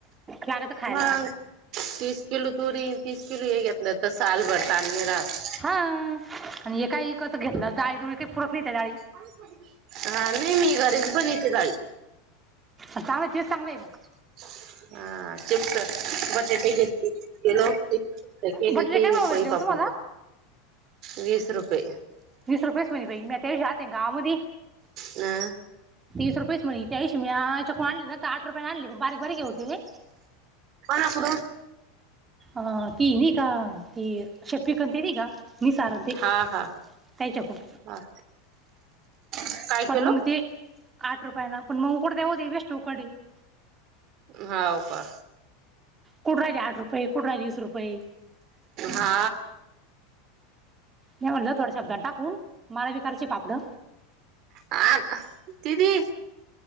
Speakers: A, on the right; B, on the right.
A: लागतौ खायला.
B: मग तीस किलो तुरी, तीस किलो ये घेतलं तर सालबर चाल नै रात.
A: हा,, आणी हे काय इकत घेतलं डाळी दुळी, काही पुरत नाही त्या डाळी.
B: हा, नाही मी घरीच बनवते दाळी.
A: चांगलंय तेच चांगलंय मग.
B: हा, चिपसं, बसत गेलो अ केेले
A: बटाटे
B: की
A: काय भाव भेटले
B: पळी
A: हो
B: पापड,
A: तुम्हाला
B: वीस रुपये.
A: वीस रुपये मई बई, ते यादी गावामधी
B: हां
A: तीस रुपयेच म्हणी त्याच्याशी मी याच्याकून आणली ना तर आठ रुपये आणली, बारीक बारकी होती लयी.
B: कोणाकडु
A: अहं ती नै का,, ती शपिकंती की मी सारंती.
B: हा हा
A: त्यांच्याकडून.
B: हा. काय
A: पण
B: केलो
A: मग ते आठ रुपयांना,, पण मऊ पडते ओ <unintelligible>
B: हाव का.
A: कुडं रायली आठ रुपय? कुडं रायली वीस रुपय.
B: हा
A: म्या म्हणलं थोड्या शब्दानं टाकून,, मला बि करायची पापडं.
B: आ दिदी,